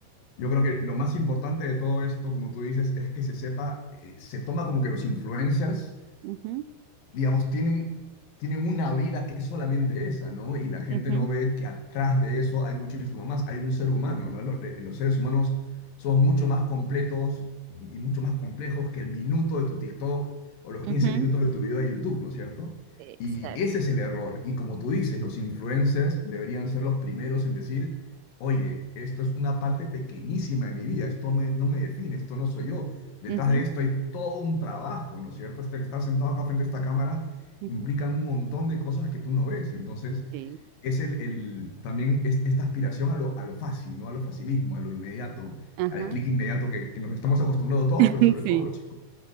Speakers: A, on the left; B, on the right.
A: yo creo que lo más importante de todo esto, como tú dices, es que se sepa, eh, se toma como que los influencers
B: Ujú,
A: digamos, tienen, tienen una vida que es solamente esa, ¿no? Y la gente
B: ujú,
A: no ve que atrás de eso hay muchísimo más, hay un ser humano, ¿no? Lo- le- Los, seres humanos somos mucho más completos y mucho más complejos que el minuto de tu TikTok o los quince
B: ujú.
A: minutos de tu video de YouTube, ¿no es cierto?
B: Exacto.
A: Y ese es el error. Y como tú dices, los influencers deberían ser los primeros en decir, oye, esto es una parte pequeñísima de mi vida, esto me- no me define, esto no soy yo. Detrás
B: Ujú,
A: de esto hay todo un trabajo, ¿no es cierto? Este- estar sentado acá frente a esta cámara
B: ujú.
A: implica un montón de cosas que tú no ves. Entonces,
B: Sí.
A: es el, el- también es- esta aspiración a lo, a lo fácil, ¿no? A lo facilismo, a lo inmediato,
B: Ajá.
A: al clic inmediato que, que nos estamos acostumbrados todos,
B: <laughs>
A: pero sobre todo
B: Sí,
A: los chicos